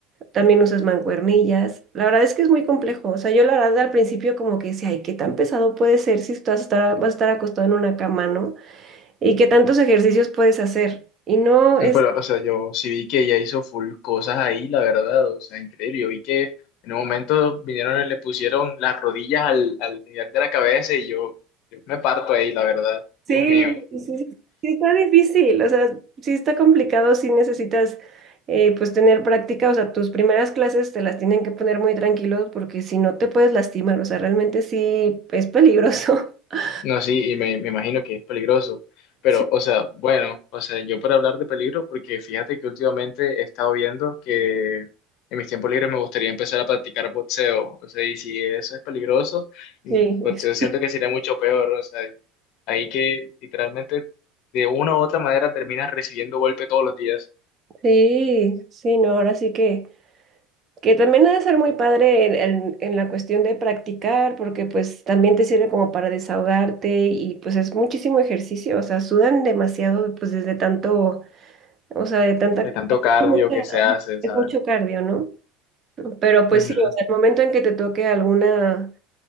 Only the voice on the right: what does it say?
También usas mancuernillas. La verdad es que es muy complejo. O sea, yo la verdad al principio como que decía, ay, qué tan pesado puede ser si estás a estar, vas a estar acostado en una cama, ¿no? Y qué tantos ejercicios puedes hacer. Y no
es
Sí,
sí, sí, sí sí está difícil, o sea, sí está complicado, sí necesitas eh, pues tener práctica, o sea, tus primeras clases te las tienen que poner muy tranquilos porque si no te puedes lastimar, o sea, realmente sí es peligroso. <laughs>
Sí.
Sí,
es-
sí, sí, no, ahora sí que, que también ha de ser muy padre en, en- en la cuestión de practicar porque pues también te sirve como para desahogarte y pues es muchísimo ejercicio, o sea, sudan demasiado pues desde tanto O sea, de tanta,
es
mucha-
ajá,
es
mucho cardio, ¿no? Pero pues
sí, o sea, el momento en que te toque alguna